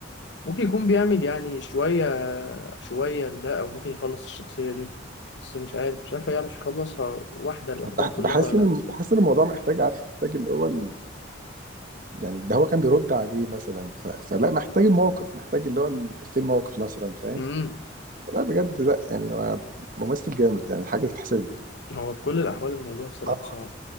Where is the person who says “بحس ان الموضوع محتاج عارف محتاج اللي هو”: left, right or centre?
Right